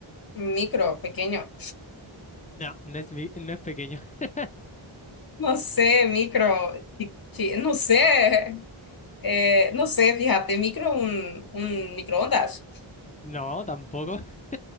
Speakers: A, on the left; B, on the left.
A: Micro, pequeño.
B: No, no es, vi- no es pequeño. <laughs>
A: No sé, micro, chi- chi- no sé. Eh, no sé, fíjate, micro, un, un microondas.
B: No, tampoco. <laughs>